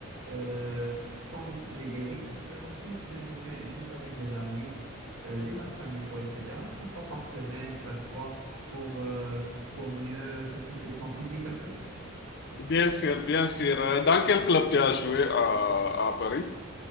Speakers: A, on the right; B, on the left.
A: Euh, quand j'ai guéri, euh, ensuite, je jouais juste avec les amis, euh, des matchs amicaux, etc. Trois fois par semaine, quatre fois pour, euh, pour mieux s'occuper de son physique un peu.
B: Bien sûr, bien sûr. Euh, Dans quel club tu as joué à, à Paris